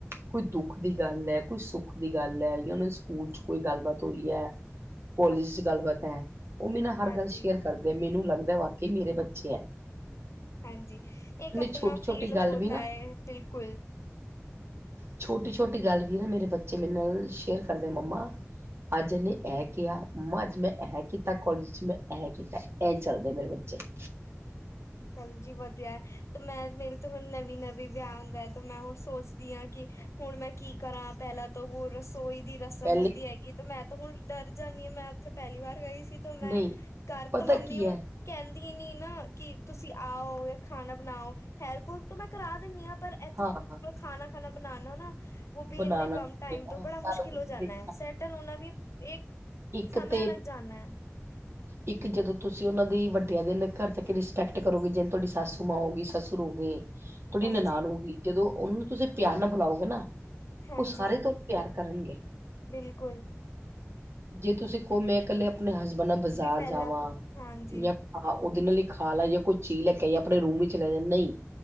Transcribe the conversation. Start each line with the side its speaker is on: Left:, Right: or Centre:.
Right: ਕੋਈ ਦੁੱਖ ਦੀ ਗੱਲ ਏ ਕੋਈ ਸੁੱਖ ਦੀ ਗੱਲ ਏ ਜਾਂ ਉਹਨਾਂ ਦੇ ਸਕੂਲ 'ਚ ਕੋਈ ਗੱਲਬਾਤ ਹੋਈ ਐ
Left: <inaudible>
Right: ਕੋਲਜ ਚ ਗੱਲਬਾਤ ਹੈ ਉਹ ਮੇਰੇ ਨਾਲ ਹਰ
Left: ਹਾਂਜੀ,
Right: ਗੱਲ ਸ਼ੇਅਰ ਕਰਦੇ ਮੈਨੂੰ ਲੱਗਦਾ ਵਾਕਈ ਮੇਰੇ ਬੱਚੇ ਏ
Left: ਹਾਂਜੀ ਇੱਕ ਆਪਣਾ
Right: ਛੋਟੀ ਛੋਟੀ
Left: ਫੀਲ
Right: ਗੱਲ
Left: ਹੋਤਾ
Right: ਵੀ ਨਾ
Left: ਹੈ ਬਿਲਕੁਲ
Right: ਛੋਟੀ ਛੋਟੀ ਗੱਲ ਵੀ ਨਾ ਮੇਰੇ ਬੱਚੇ ਮੇਰੇ ਨਾਲ ਸ਼ੇਅਰ ਕਰਦੇ ਮੰਮਾ ਅੱਜ ਇਹਨੇ ਇਹ ਕਿਹਾ ਮੰਮਾ ਅੱਜ ਮੈਂ ਐਂ ਕੀਤਾ ਕੋਲਜ ਚ ਮੈਂ ਐਂ ਕੀਤਾ ਐ ਚੱਲਦੇ ਮੇਰੇ ਬੱਚੇ <inaudible>
Left: ਚੱਲ ਜੀ ਵਧੀਆ ਏ ਤੇ ਮੈਂ ਮੇਰੇ ਤੇ ਹੁਣ ਨਵੀਂ ਨਵੀਂ ਵਿਆਹ ਹੁੰਦਾ ਹੈ ਤੇ ਮੈਂ ਹੁਣ ਸੋਚਦੀ ਆਂ ਕਿ ਹੁਣ ਮੈਂ ਕੀ ਕਰਾਂ ਪਹਿਲਾਂ ਤੋਂ ਉਹ ਰਸੋਈ ਦੀ ਰਸਮ
Right: ਪਹਿਲੇ
Left: ਹੁੰਦੀ ਹੈਗੀ ਤੇ ਮੈਂ ਤਾਂ ਹੁਣ ਡਰ ਜਾਂਦੀ ਆਂ ਮੈਂ ਉੱਥੇ ਪਹਿਲੀ ਵਾਰ ਗਈ ਸੀ ਤੇ ਮੈਂ
Right: ਨਹੀਂ
Left: ਘਰ
Right: ਪਤਾ
Left: ਤ ਮੰਮੀ
Right: ਕੀ
Left: ਹੁਣ
Right: ਹੈ
Left: ਕਹਿੰਦੀ ਨੀ ਨਾ ਕਿ ਤੁਸੀਂ ਆਓ ਜਾਂ ਖਾਣਾ ਬਣਾਓ ਹੈਲਪੁ ਤੋਂ ਮੈਂ ਕਰਾ ਦਿੰਦੀ ਆਂ ਪਰ ਇੱਥੇ
Right: ਹਾਂ
Left: ਪੂਰਾ ਪੂਰਾ ਖਾਣਾ ਖਾਣਾ ਬਣਾਉਣਾ ਨਾ ਉਹ
Right: ਬਣਾਣਾ
Left: ਵੀ ਇੰਨੇ ਕਮ
Right: ਚਾਹੀਦਾ
Left: ਟਾਈਮ ਤੋਂ
Right: ਹੈ, ਸਾਰਾ
Left: ਬੜਾ ਮੁਸ਼ਕਿਲ
Right: ਕੁਛ
Left: ਹੋ ਜਾਂਦਾ
Right: ਦੇਖਣਾ
Left: ਐ ਸੈਟਲ ਹੋਣਾ ਵੀ ਇੱਕ
Right: ਇੱਕ
Left: ਸਮੇ
Right: ਤੇ
Left: ਲੱਗ ਜਾਣਾ <inaudible>
Right: ਇੱਕ ਜਦੋਂ ਤੁਸੀਂ ਉਹਨਾਂ ਦੀ ਵੱਡਿਆਂ ਦੇ ਘਰ ਤੱਕ ਰਿਸਪੈਕਟ ਕਰੋਗੇ ਜਿਵੇਂ ਤੁਹਾਡੀ ਸਸੂ ਮਾਂ ਹੋ ਗੀ ਸੱਸੁਰ ਹੋ ਗਏ <inaudible> ਥੋੜ੍ਹੀ
Left: ਹਾਂਜੀ
Right: ਨਨਾਾਨ ਹੋ ਗਈ ਜਦੋਂ ਉਹਨੂੰ ਤੁਸੀਂ ਪਿਆਰ ਨਾਲ ਬੁਲਾਓਗੇ ਨਾ
Left: ਹਾਂਜੀ
Right: ਉਹ ਸਾਰੇ ਤੁਹਾਨੂੰ ਪਿਆਰ ਕਰਨਗੇ
Left: ਬਿਲਕੁਲ
Right: ਜੇ ਤੁਸੀਂ ਕਹੋ ਮੈਂ ਇਕੱਲੇ ਆਪਣੇ ਹਸਬੈਂਡ ਨਾਲ ਬਾਜ਼ਾਰ
Left: ਵੀ ਪਹਿਲਾਂ
Right: ਜਾਵਾਂ
Left: ਹਾਂਜੀ
Right: ਜਾਂ ਹਾਂ ਉਹਦੇ ਨਾਲ ਲਈ ਖਾ ਲਾ ਕੋਈ ਚੀਜ਼ ਲੈ ਕੇਏ ਆਪਣੇ ਰੂਮ ਵਿੱਚ ਲੈ ਲ ਨਹੀਂ